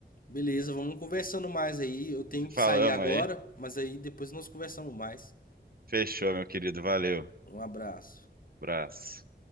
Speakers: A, on the left; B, on the right.
A: beleza, vamos conversando mais aí. Eu tenho que
B: Falamos
A: sair agora,
B: aí.
A: mas aí depois nós conversamos mais.
B: Fechou, meu querido. Valeu.
A: Um abraço.
B: Abraço.